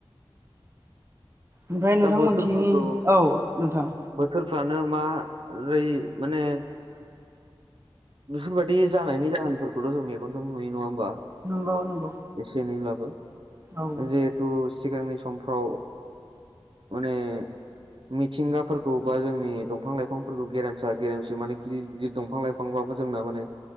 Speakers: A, on the right (about 30°); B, on the right (about 65°).
A: ओमफ्राय नोंथांमोनथिं
B: दा बोथोरफोरखौ
A: औ नोंथां
B: बोथोरफ्रानो मारै माने बेफोरबायदि जानायनि जाहोनफोरखौथ जों मेगनजों नुयो नङा होमबा?
A: नंगौ नंगौ
B: एसे एनैब्लाबो
A: औ
B: जिहेथु सिगांनि समफ्राव माने मिथिंगाफोरखौ बा जोंनि दंफां लाइफांफोरखौ गेरेमसा गेरेमसा माने गिदिर गिदिर दंफां लाइफां फांबाबो जोंना माने